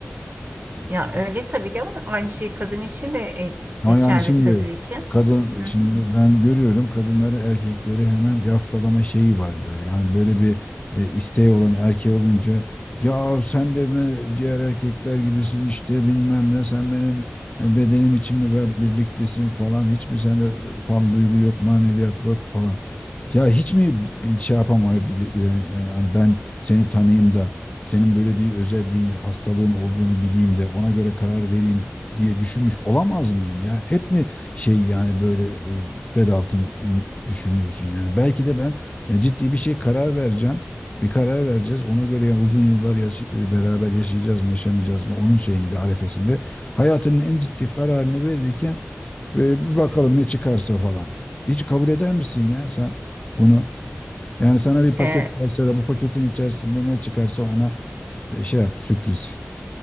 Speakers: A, on the right (about 45°); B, on the left (about 30°).
A: Ya öyle tabii ki ama aynı şey kadın için de e,
B: Ama
A: geçerli
B: yani Ülke. şimdi
A: tabii ki.
B: kadın
A: Hı
B: şimdi
A: hı.
B: ben görüyorum kadınları erkekleri hemen yaftalama şeyi var böyle. Yani böyle bir e, isteği olan erkeği olunca ya sen de mi diğer erkekler gibisin işte bilmem ne sen benim e, bedenim için mi ber- birliktesin falan hiç mi sende falan duygu yok maneviyat yok falan. Ya hiç mi bir şey yapamayabilir e, e, hani ben seni tanıyayım da senin böyle bir özelliğin hastalığın olduğunu bileyim de ona göre karar vereyim diye düşünmüş olamaz mıyım ya? Hep mi şey yani böyle e, bel altın düşünüyorsun yani? Belki de ben e, ciddi bir şey karar vereceğim. Bir karar vereceğiz. Ona göre yani uzun yıllar yaş- e, beraber yaşayacağız mı, yaşamayacağız mı? Onun şeyinde, arefesinde. Hayatının en ciddi kararını verirken e, bir bakalım ne çıkarsa falan. Hiç kabul eder misin ya sen bunu? Yani sana bir paket
A: E,
B: verse de bu paketin içerisinde ne çıkarsa ona e, şey yap, sürpriz.